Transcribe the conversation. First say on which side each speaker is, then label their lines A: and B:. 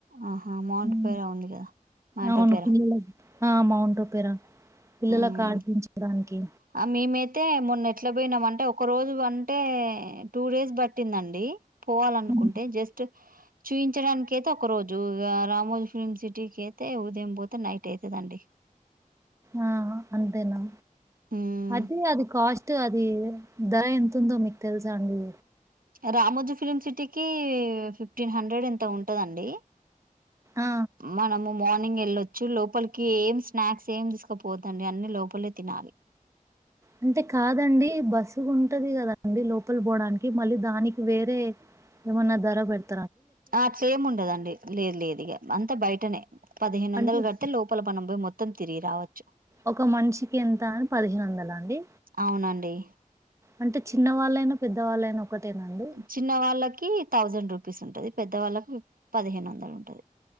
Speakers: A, on the right; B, on the right.
A: ఆహా మాంట్
B: హ్మ్.
A: పేర ఉంది కదా మాంట
B: అవును.
A: పేర
B: పిల్లలకి ఆ మౌంటు పేరా పిల్లలకు
A: ఉమ్
B: ఆడిపించడానికి
A: ఆ మేమైతే మొన్న ఎట్ల పోయినాం అంటే ఒక రోజు అంటే టూ డేస్ పట్టిందండి పోవాలనుకుంటే
B: హ్మ్.
A: జస్ట్ చూయించడానికి అయితే ఒక రోజు ఇగ రామోజీ ఫిలిమ్ సిటీకి అయితే ఉదయం పోతే నైట్ అయితది అండి
B: ఆ అంతేనా
A: మ్మ్
B: అదే అది కాస్ట్ అది ధర ఎంతుందో మీకు తెలుసా అండి
A: రామజి ఫిలిమ్ సిటీకి ఫిఫ్టీన్ హండ్రెడ్ ఎంత ఉంటదండి
B: ఆ!
A: మనమూ మార్నింగ్ వెళ్ళొచ్చు లోపలికి ఏం స్నాక్స్ ఏం తీసుకపోద్దండి అన్ని లోపలే తినాలి
B: అంటే కాదండి బస్సు ఉంటది కదండి లోపల పోవడానికి మళ్ళీ దానికి వేరే ఏమన్నా ధర పెడుత
A: ఆ అట్లేం ఉండదండి లేదు లేదు ఇగ అంతా బయటనే పదిహేను వందల
B: అంటే
A: గట్టి లోపల మనం పోయి మొత్తం మొత్తం తిరిగి రావచ్చు
B: ఒక మనిషికి ఎంత అని పదిహేను వందల అండి
A: అవునండి
B: అంటే చిన్నవాళ్ళయినా పెద్దవాళ్ళైనా ఒకటేనండి?
A: చిన్న వాళ్ళకి థౌజండ్ రూపీ స్ ఉంటది పెద్ద వాళ్ళకి పదిహేను వందలు ఉంటది